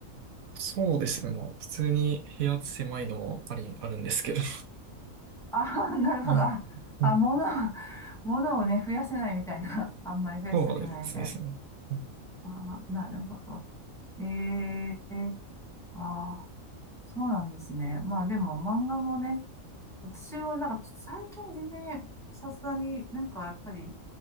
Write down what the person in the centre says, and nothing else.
あ、<laughs> なるほど。
あ、
あ、物、<laughs> 物をね、増やせないみたいな。あんまり増やしたくないみたいな。
あ、なるほど。ええああー。そうなんですね。まあでも漫画もね、私もなんかちょっと最近全然さすがになんかやっぱり